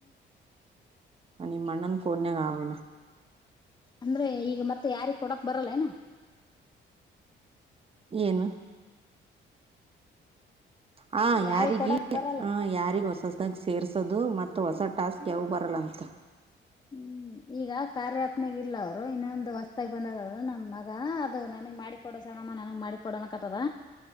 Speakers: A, on the right (about 30°); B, on the left (about 20°).
A: ಅ ನಿಮ್ಮ ಮಣ್ಣನ್ ಫೋನ್ನಾಗ್ ಆವ್ ಇನ್ನ್.
B: ಅಂದ್ರೆ ಈಗ ಮತ್ತೆ ಯಾರಿಗ ಕೊಡಕ್ ಬರಲ್ಲ ಏನ?
A: ಏನು? ಹ
B: ಯಾರಿಗ್
A: ಯಾರಿಗಿ
B: ಕೊಡಕ್ ಬರಲ್ಲ
A: ಹ ಯಾರಿಗಿ ಹೊಸ ಹೊಸ ಅದಾಗ ಸೇರ್ರಿಸೋದು ಮತ್ತ ಹೊಸ ಟಾಸ್ಕ್ ಯಾವು ಬರಲ್ಲ ಅಂತ.
B: ಹ್ಮ್ ಈಗ ಕಾರ್ಯಾಪ್ನೆಗ ಇಲ್ಲ ಅವ್ರು ಇನ್ನೊಂದು ದು ಹೊಸ್ದಾಗ್ ಬಂದ ಅದ ನಮ್ ಮಗ ಅದು ನನ್ಗ್ ಮಾಡಿ ಕೊಡ ಸಣಮ್ಮ ನನಗ್ ಮಾಡಿ ಕೊಡ ಅನ್ನಕತ್ತದ.